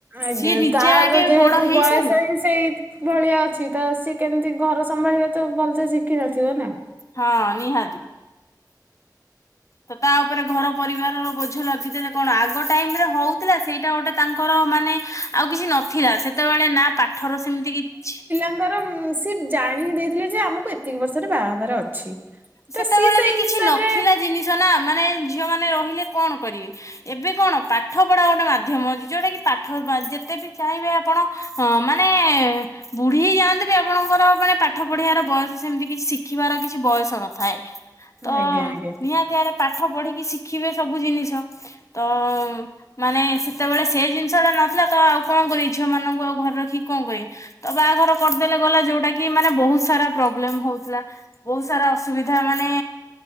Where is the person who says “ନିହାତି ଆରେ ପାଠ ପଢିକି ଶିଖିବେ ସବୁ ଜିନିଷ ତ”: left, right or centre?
Left